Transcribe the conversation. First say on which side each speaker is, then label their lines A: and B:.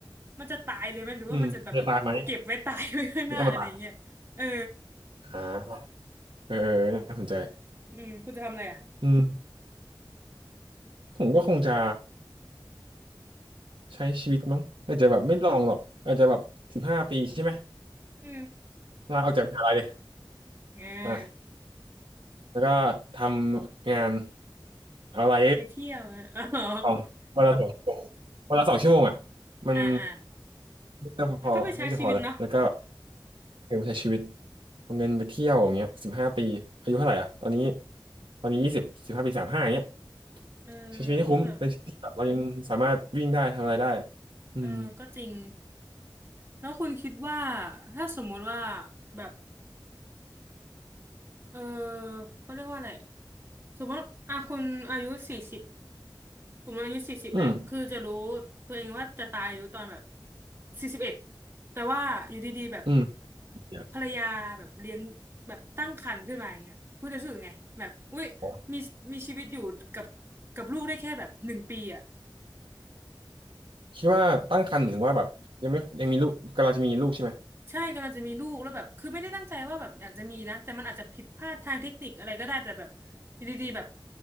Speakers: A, on the right; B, on the right.
A: มันจะตายเลยไหมหรือว่ามันจะแบบเก็บไว้ตายไว้ข้างหน้า
B: อืมมันจะตายไหมเป็นอมตะ
A: <laughs> อะไรอย่างเงี้ยเออ
B: อ่าเออน่าสนใจ
A: อืมกูจะทำอะไรอ่ะ
B: อืมผมก็คงจะใช้ชีวิตมั้งอาจจะแบบไม่ลองหรอกอาจจะแบบสิบห้าปีใช่ไหม
A: อืม
B: ลาออกจากมหาลัยเลย
A: อ่า
B: อ่ะแล้วก็ทำงานเอาอะไร
A: ไปเที่ยวอะ <laughs> อ๋อ
B: สองวันละสองชั่วโมงวันละสองชั่วโมงอ่ะ
A: <laughs>
B: มัน
A: อ่าอ่า
B: น่าจะพอน่าจะพอแล้วแล้วก็
A: แล้วก็ไปใช้ชีวิตเนาะ
B: เออใช้ชีวิตเอาเงินไปเที่ยวอย่างเงี้ยสิบห้าปีอายุเท่าไหร่อ่ะตอนนี้ตอนนี้ยี่สิบสิบห้าปีสามห้าอย่างเงี้ย
A: เออโอ้แต่
B: ใช้ชีวิตให้คุ้มในชีวิตที่แบบเรายังสามารถวิ่งได้ทำอะไรได้อืม
A: เออก็จริง แล้วคุณคิดว่า ถ้าสมมุติว่าแบบ เออเขาเรียกว่าอะไรสมมติอ่ะคุณอายุสี่สิบผมอายุสี่สิบแหละคือจะรู้
B: อืม
A: ตัวเองว่าจะตายอายุตอนแบบสี่สิบเอ็ดแต่ว่าอยู่ดีๆแบบ
B: อืมเดี๋ย
A: ภรรยาแบบเลี้ยงแบบตั้งครรภ์ขึ้นมาอย่างเงี้ยคุณจะรู้สึกไงแบบอุ้ยมีมีชีวิตอยู่กับ
B: วขอ
A: กับลูกได้แค่แบบหนึ่งปีอ่ะ
B: คิดว่าตั้งครรภ์หมายถึงว่าแบบยังไม่ยังมีลูกกำลังจะมีลูกใช่ไหม
A: ใช่กำลังจะมีลูกแล้วแบบคือไม่ได้ตั้งใจว่าแบบอยากจะมีนะแต่มันอาจจะผิดพลาดทางเทคนิคอะไรก็ได้แต่แบบอยู่ดีๆแบบ